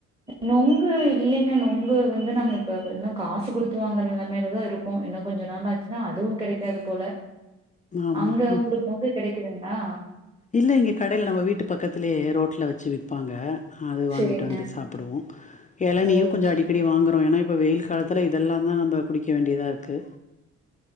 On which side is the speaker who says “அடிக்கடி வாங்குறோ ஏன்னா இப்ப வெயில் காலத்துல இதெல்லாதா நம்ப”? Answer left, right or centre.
Left